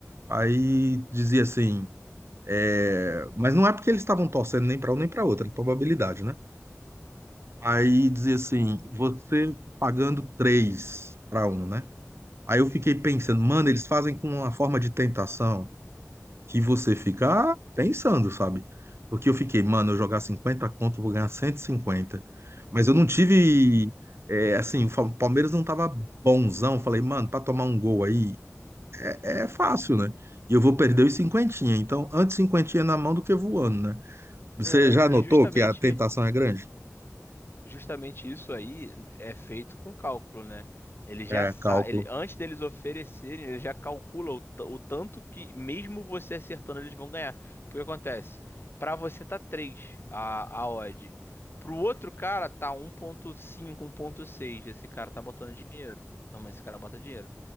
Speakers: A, on the right; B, on the left.
A: Aí dizia assim, é, mas não é porque eles estavam torcendo nem para um nem para outro é probabilidade, né? Aí dizia assim, você pagando 3 para um, né? Aí eu fiquei pensando, mano, eles fazem com uma forma de tentação que você fica ah, pensando, sabe? Porque eu fiquei, mano, eu jogar 50 conto, eu vou ganhar 150. Mas eu não tive. é, assim, o Fa- Palmeiras não tava bonzão. Eu Falei, mano, pra tomar um gol aí é, é fácil, né? E eu vou perder os cinquentinha. Então, antes cinquentinha na mão do que voando, né? Você
B: É,
A: já notou
B: e justamente.
A: que a tentação é grande?
B: Justamente isso aí é feito com cálculo, né? Ele já
A: É,
B: sabe,
A: cálculo.
B: ele, antes deles oferecerem, ele já calcula o, ta- o tanto que, mesmo você acertando, eles vão ganhar. Porque acontece, para você tá 3 a, a odd, pro outro cara tá um ponto cinco um ponto seis Esse cara tá botando dinheiro. Não, mas esse cara bota dinheiro.